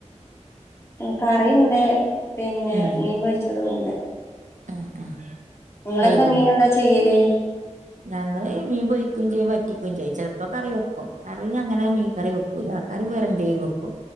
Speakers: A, on the left; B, on the right.
A: കറിണ്ട് പിന്നെ
B: ഉം
A: മീൻ പൊര്ച്ചതും ഉണ്ട്
B: ആഹ് ആഹ്
A: നിങ്ങളെന്താ
B: വൈകോ
A: മീൻ എന്താ ചെയ്യല്
B: ഞങ്ങള് മീൻ പൊരിക്കും ചെയ്യും വറ്റിക്കും ചെയ്യും ചിലപ്പോ കറി വെക്കും കറി അങ്ങനെ മീൻ കറി വെക്കു <unintelligible> ലാ ക്കാർ വേറെ എന്തെവെക്കും